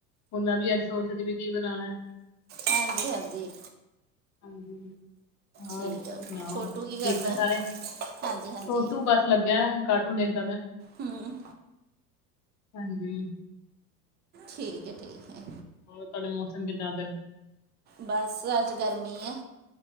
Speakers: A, on the left; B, on the right.
A: ਹੁਣ ਮੈਂ ਵੀ ਅੱਜ ਸੋਚਦੀ ਬੀ ਕੀ ਬਣਾਣਾ।
B: ਹਾਂਜੀ-ਹਾਂਜੀ।
A: ਹਾਂਜੀ ਹੋਰ
B: ਠੀਕ
A: ਸੁਣਾਓ
B: ਆ ਛੋਟੂ
A: ਠੀਕ
B: ਕੀ ਕਰਦਾ
A: ਨੇ ਸਾਰੇ ਛੋਟੂ
B: ਹਾਂਜੀ ਹਾਂਜੀ
A: ਬਸ ਲੱਗਿਆ ਕਾਰਟੂਨ ਦੇਖਦਾ ਪਿਆ।
B: ਹੂੰ
A: ਹਾਂਜੀ
B: ਠੀਕ ਏ-ਠੀਕ ਏ।
A: ਹੋਰ ਤੁਹਾਡੇ ਮੌਸਮ ਕਿੱਦਾਂ ਦਾ।
B: ਬਸ ਅੱਜ ਗਰਮੀ ਐ।